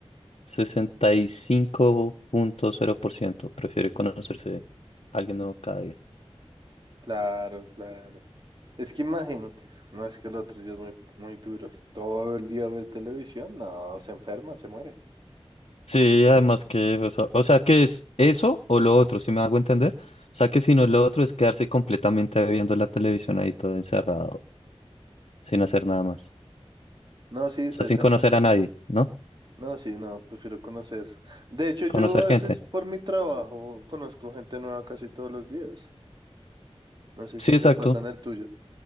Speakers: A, on the left; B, on the right.
A: Sesenta y cinco punto cero por ciento prefiere conocerse a alguien nuevo cada día.
B: Claro, claro. Es que imagínate, no es que el otro día es muy, muy duro. Todo el día ver televisión, no, se enferma, se muere.
A: Sí, además que, o sea, o sea, que es eso o lo otro, si me hago entender. O sea, que si no, lo otro es quedarse completamente viendo la televisión ahí todo encerrado, sin hacer nada más.
B: No, sí,
A: O
B: se,
A: sea, sin
B: se
A: conocer
B: enferma.
A: a nadie, ¿no?
B: No, sí, no, prefiero conocer. De hecho, yo
A: Conocer
B: a
A: gente.
B: veces por mi trabajo conozco gente nueva casi todos los días. No sé
A: Sí,
B: si
A: exacto.
B: te pasa en el tuyo.